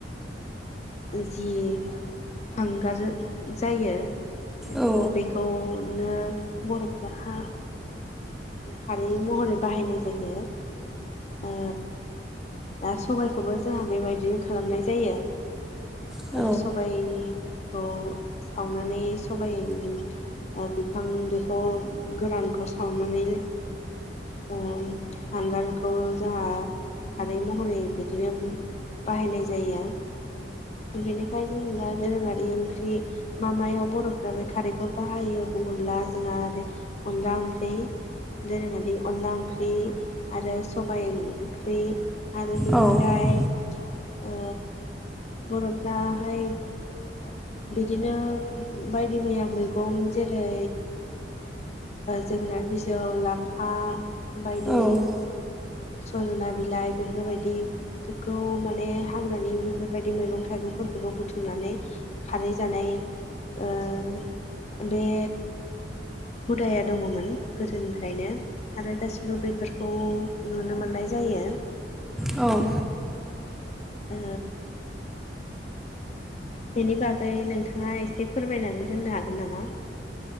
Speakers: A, on the left; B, in the centre.
A: जि हांगार जायो जेनेबा
B: औ
A: बेखौ बिदिनो बर'फ्रा हा खारै महरै बाहायनाय जायो ओ दा सबायाइखौबो जोंहा बेबायदिनो खालामनाय जायो
B: औ
A: ओ सबायनिखौ सावनानै सबायनि ओ बिफां बेखौ गोरानखौ सावनानै ओ हांगारखौ जोंहा खारै महरै बिदिनो बाहायनाय जायो बेनिफ्राय जों दा दोरोङारि ओंख्रि मा मायाव बर'फ्रा बे खारैखौ बाहायो बुङोब्ला जोंहा आरो अनला ओंख्रि दोरोङारि अनला ओंख्रि आरो सबाय ओंख्रि आरो बेनिफ्राय
B: औ
A: ओ बर'फ्राहाय ओ बिदिनो बायदि मैया मैगं जेरै जोगोनार बिजौ लाफा बायदि
B: औ
A: सजना बिलाइ बेफोरबायदि जेखौ माने हाग्रानि बेफोरबायदि मैगं थाइगंफोरखौबो बुथुमनानै खारै जानाय ओ बे हुदाया दङमोन गोदोनिफ्रायनो आरो दासिमबो बेफोरखौ नुनो मोननाय जायो
B: औ
A: ओ बेनि बागै नोंथाङा एसे फोरमायनानै होननो हागोन नामा